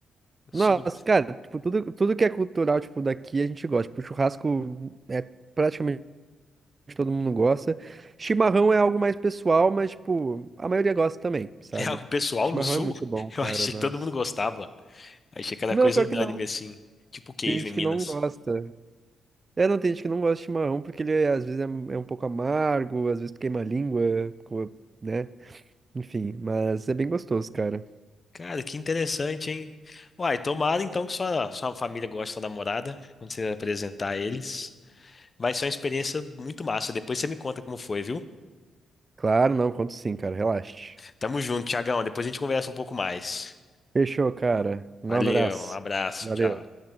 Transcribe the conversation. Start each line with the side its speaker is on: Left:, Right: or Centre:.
Left: O
Right: Nossa,
Left: sul do- <laughs>
Right: cara, tipo, tudo, tudo que é cultural, tipo, daqui a gente gosta. Tipo, churrasco é praticamente todo mundo gosta. Chimarrão é algo mais pessoal, mas, tipo, a maioria gosta também, sabe?
Left: É algo pessoal
Right: Chimarrão
Left: no sul?
Right: é muito bom, cara,
Left: Eu achei
Right: nossa.
Left: que todo mundo gostava. Achei cada
Right: Não,
Left: coisa
Right: pior
Left: unânime,
Right: que não.
Left: assim. Tipo queijo
Right: Tem gente
Left: em Minas.
Right: que não gosta. É, não, tem gente que não gosta de chimarrão porque ele é- às vezes é, um é um pouco amargo, às vezes tu queima a língua, co- né? Enfim, mas é bem gostoso, cara.
Left: Cara, que interessante, hein? Uai, tomara então que sua, sua família goste da namorada, quando você apresentar eles. Vai ser uma experiência muito massa. Depois você me conta como foi, viu?
Right: Claro, não, conto sim, cara, relaxe.
Left: Tamo junto, Tiagão. Depois a gente conversa um pouco mais.
Right: Fechou, cara. Um
Left: Valeu,
Right: abraço.
Left: um abraço,
Right: Valeu.
Left: tchau.